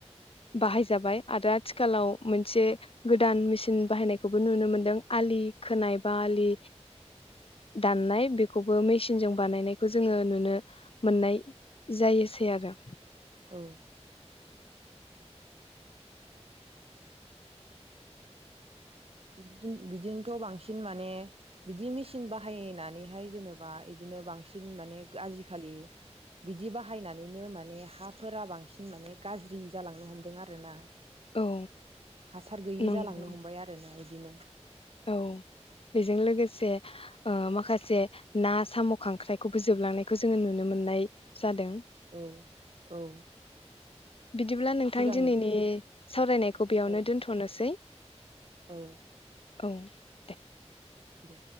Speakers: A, on the left (about 55°); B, on the right (about 60°).
A: बाहायजाबाय आरो आथि आथिखालाव मोनसे गोदान मेसिन बाहायनायखौबो नुनो मोनदों आलि खोनाय बा आलि दाननाय बेखौबो मेसिनजों बानायनायखौ जोङो नुनो मोननाय जायोसै आरो
B: औ बिदि बिदिनोथ' बांसिन माने बिदि मेसिन बाहायनानैहाय जेनेबा बिदिनो बांसिन माने आजिखालि बिदि बाहायनानैनो माने हाफोरा बांसिन माने गाज्रि जालांनो हमदों आरोना
A: औ
B: हासार गैयि
A: नंगौ
B: जालांनो हमबाय आरो ना इदिनो
A: औ बेजों लोगोसे ओ माखासे ना साम' खांख्राइखौबो जोबलांनायखौ जोङो नुनो मोननाय जादों
B: औ औ
A: बिदिब्ला नोंथां
B: सिगां
A: दिनैनि सावरायनायखौ बेयावनो
B: औ
A: दोन्थ'नोसै
B: औ
A: औ दे
B: दे